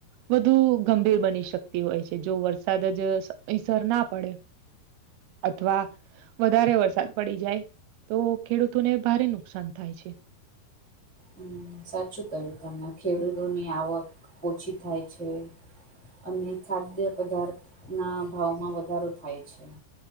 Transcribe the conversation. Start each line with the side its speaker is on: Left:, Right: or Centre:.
Right: વધુ ગંભીર બની શકતી હોય છે જો વરસાદ જ સમયસર ના પડે અથવા વધારે વરસાદ પડી જાય. તો ખેડૂતોને ભારે નુકસાન થાય છે.
Centre: હમ્મ સાચું કહ્યું તમને ખેડૂતોની આવક ઓછી થાય છે. અને ખાદ્ય પદાર્થના ભાવમાં વધારો થાય છે.